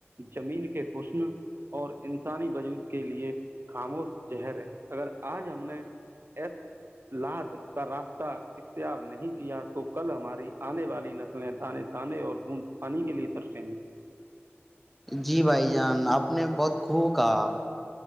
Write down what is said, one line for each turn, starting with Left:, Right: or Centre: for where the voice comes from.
Right: زمین کے حسن اور انسانی وجود کے لیے خاموش زہر ہے اگر آج ہم نے اطلاات کا راستہ اختیار نہیں کیا تو کل ہماری آنے والی نسلیں تانے تانے اور بوند پانی کے لیے ترسیں گی
Centre: جی بھائی جان آپ نے بہت خوب کہا